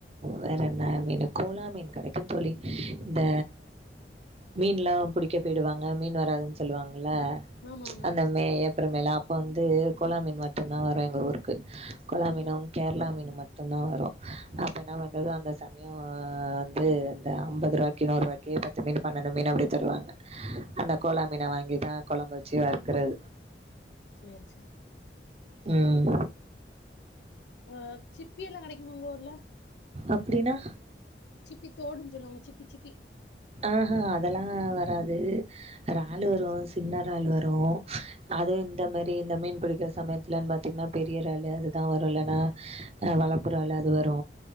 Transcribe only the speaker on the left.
ஆமா
ஆமா
ம்
ம்
செரி செ
வ சிப்பி எல்லா கெடைக்குமா உங்க ஊர்ல?
சிப்பி தோடுனு சொல்லுவாங்க சிப்பி சிப்பி
ம்